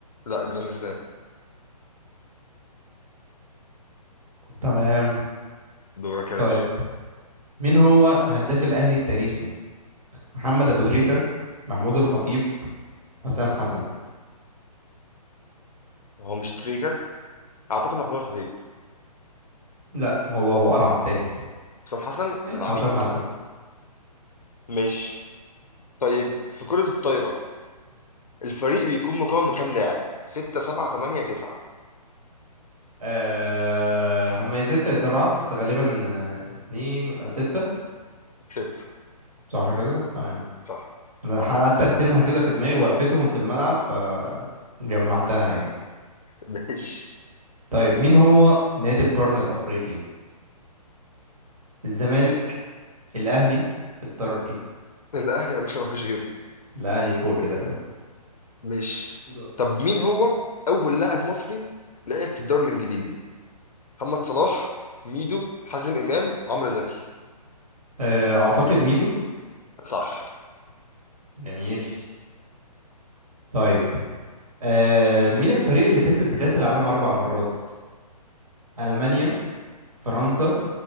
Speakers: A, on the left; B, on the right.
A: لا جراند سلام
B: تمام
A: دورك يا
B: طيب
A: باشا
B: مين هو هداف الأهلي التاريخي محمد أبو تريكة محمود الخطيب حسام حسن
A: هو مش تريكا اعتقد محمود الخطيب
B: لا هو أبو قرعة التاني
A: حسام حسن
B: <laughs>
A: العميد
B: حسام حسن
A: ماشي طيب في كرة الطايرة الفريق بيكون مكون من كام لاعب ستة سبعة تمانية تسعة
B: أه هم يا ستة يا سبعة بس غالبا آه، اتنين أو ستة
A: ستة
B: صح كده تمام
A: صح
B: أنا قعدت أرسمها كده في دماغي وقفتهم في الملعب فجمعتها يعني
A: ماشي
B: طيب مين هو نادي القرن الأفريقي؟ الزمالك الأهلي الترجي
A: الأهلي يا باشا مفيش غيره
B: الأهلي فوق كده كده
A: ماشي
B: دورك
A: طب مين هو أول لاعب مصري لعب في الدوري الإنجليزي محمد صلاح ميدو حازم امام عمرو زكي
B: أه أعتقد ميدو
A: صح
B: جميل طيب أه مين الفريق اللي كسب كأس العالم أربع مرات؟ ألمانيا فرنسا